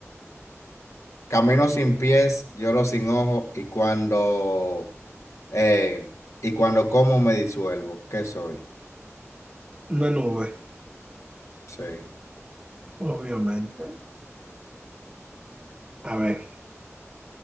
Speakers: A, on the left (about 75°); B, on the right (about 20°).
A: camino sin pies, lloro sin ojos y cuando, eh, y cuando como me disuelvo. ¿Qué soy?
B: Una nube,
A: Sí.
B: obviamente. A ver,